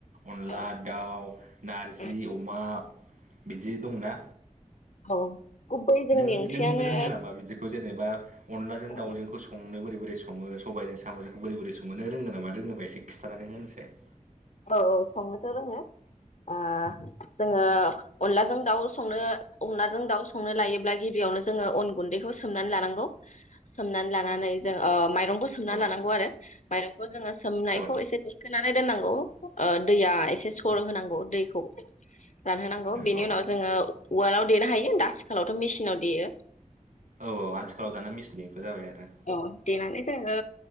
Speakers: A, on the right; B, on the left.
A: अनला
B: औ
A: दाउ नारजि
B: उम
A: अमा। बिदि दंना?
B: औ गुबै जोंनि
A: नों
B: ओंख्रियानो
A: नों रोंगो नामा बिदिखौ जेनेबा अनलाजों
B: औ
A: दावजोंखौ स संनो बोरै बोरै सङो सबायजों साम'जोंखौ बोरै बोरै सङो नो रोंगो नामा रोङोबा एसे खिथानानै होनायसाय
B: औ औ संनोथ' रोङो ओ जोङो
A: औ
B: अनलाजों दाउ संनो अनलाजों दाउ संनो लायोब्ला गिबियावनो जोङो अन गुन्दैखौ सोमनानै लानांगौ। सोमनानै लानानै जों ओ माइरंबो, थुना
A: औ
B: लानांगौ आरो माइरंखौबो जोङो सोमनायखौ
A: औ
B: एसे थिखोनानै दोननांगौ। दैया एसे सर होनांगौ दैखौ रानहोनांगौ बेनि
A: औ
B: उनाव जोङो। उवालाव देनो हायो दा आथिखालावथ' मेसिनाव देयो।
A: औ औ आथिखालाव दाना मिसिनजोंबो जाबाय आरो
B: अ देनानै जोङो